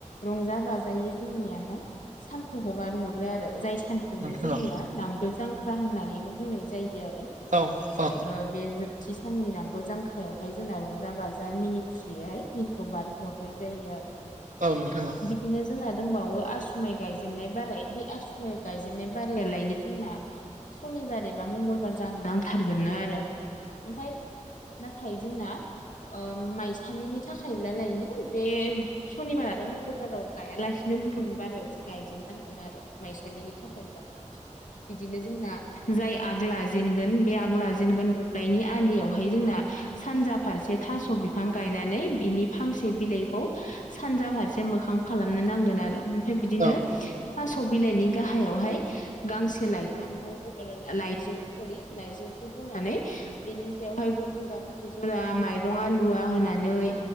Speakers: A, on the left; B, on the right.
A: रंजा बाजायै जोंनिया हाय । सानखौ हगार हरो आरो जाय सानखौनो जोंनिया
B: औ नोंथां औ
A: नांगोल जांख्रा होननानैबो बुंनाय जायो आरो
B: औ औ
A: ओ बे जोबथि साननि नांगोल जांखायाव हाय जोंना रंजा बाजा मिनि खुसियैहाय दिनखौ बारहरनाय जायो आरो ।
B: औ नोंथांआ
A: बिदिनो जोंना दंबावो आसुमाइ गायजेननाय बाराय बे आसुमाइ गायजेननाय बारायालायनो जोंना सनिबार एबा मंगलबार जानो नांथारगोननो आरो ओमफाय नाथाय जोंना ओ माइस सालिनि थाखायब्लालायनो बे सनिबारानो मंगलबाराव गायालासिनो गुबुन बारियावसो गायजेननांगोन आरो माइसालिनि थाखायब्ला बिदिनो जोंना जाय आग लाजेनगोन बे आग लाजेनगोन दौलाायनि आलियाव हाय जोंना सानजा फारसे थास' बिफां गायनानै बिनि फांसे बिलाइखौ सानजा फारसे मोखां खालामनो नांगोन आरो फाय बिदिनो
B: औ
A: थास' बिलाइनि गाहायाव हाय गांसे लाइजामखौ लाइजौ सरि लाइजौखौ बनानै बेनि सायाव हाय गय जरा फाथै जरा माइरं आलुवा होना नै